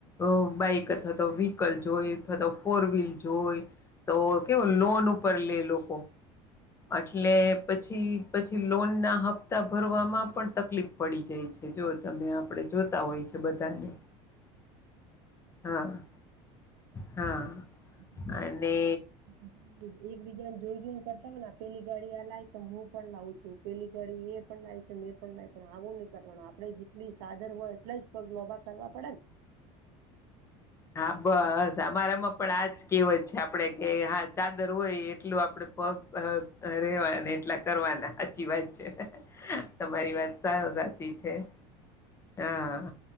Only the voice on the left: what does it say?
અ બાઈક અથવા ત તો વ્હીકલ જોય અથવા તો ફોરવ્હીલ જોય તો કેવું લોન ઉપર લે લોકો- એટલે પછી પછી લોનના હપ્તા ભરવામાં પણ તકલીફ પડી જાય છે. જો તમે આપડ જોતા હોય છે બધાને હા- હા
અને
હા બસ અમારામાં પણ આજ કેવત છે આપડે કે હા ચાદર હોય એટલું આપડે- પગ રેવા એટલા કરવાના- સાચી વાત છે તમારી વાત સાવ સાચી છે. હા